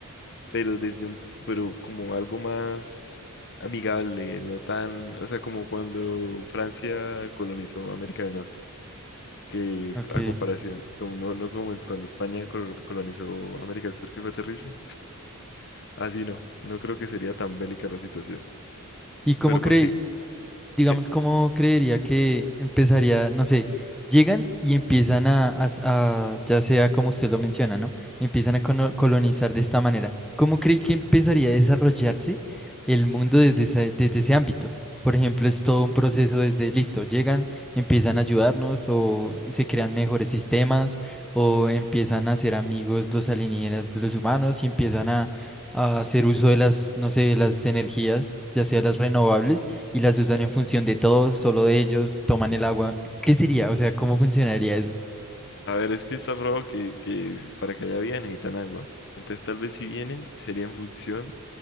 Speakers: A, on the left; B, in the centre.
A: pero desde un, pero como algo más amigable, no tan, o sea, como cuando Francia colonizó América del Norte que
B: Ok.
A: a comparación, como no, no como cuando España col- colonizó América del Sur, que fue terrible. Así no, no creo que sería tan bélica la situación.
B: ¿Y cómo
A: Pero
B: cree,
A: porque,
B: digamos,
A: qué?
B: cómo
A: ¿Qué?
B: creería que empezaría, no sé, llegan y empiezan a, a s- a- ya sea como usted lo menciona, ¿no? Empiezan a cono- colonizar de esta manera. ¿Cómo cree que empezaría a desarrollarse el mundo desde ese, desde ese ámbito? Por ejemplo, es todo un proceso desde listo, llegan, empiezan a ayudarnos o se crean mejores sistemas o empiezan a ser amigos los alienígenas de los humanos y empiezan a, a hacer uso de las, no sé, de las energías, ya sea las renovables y las usan en función de todos, solo de ellos, toman el agua. ¿Qué sería? O sea, ¿cómo funcionaría eso?
A: A ver, es que está probado que, que para que haya vida necesitan agua. Entonces tal vez si vienen sería en función